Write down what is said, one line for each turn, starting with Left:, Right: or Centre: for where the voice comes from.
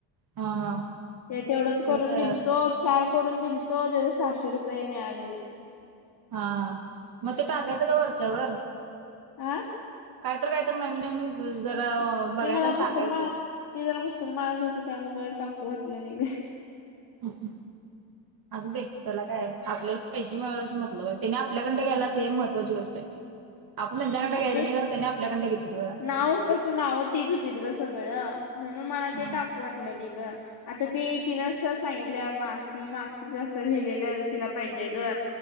Right: हा हा
Left: ते तेवढंच
Right: ते
Left: करून
Right: तर
Left: दिल तो चार करून दिल तो त्याचा सहाशे रुपये मिळालेला
Right: हा मग ते टाकायचं का वरच्यावर
Left: आं
Right: काहीत काहीत नवीन नवीन जरा बघायचं
Left: ते मला
Right: आणि टाकायचं
Left: मुसलमान ते जरा मुसलमानाच होते त्यामुळे मला टाकू वाटलं नाही ग
Right: हम असं दे त्याला काय आहे आपल्याला पैशे मिळवण्याशी मतलब आहे त्याने आपल्याकडन घ्यायल्यात हे महत्वाची गोष्ट आहे <inaudible>
Left: म
Right: घ्यायचं
Left: ते
Right: नाही खरं त्यांनी आपल्याकडे घेतात ग
Left: नाव कस नाव तेच होतीत ग सगळं म्हणून मला ते
Right: हा
Left: टाकू वाटलं नाही ग आता ते तिनं स सांगितलं मासी मासीच असं लिहिलेलं तिला पाहिजे ग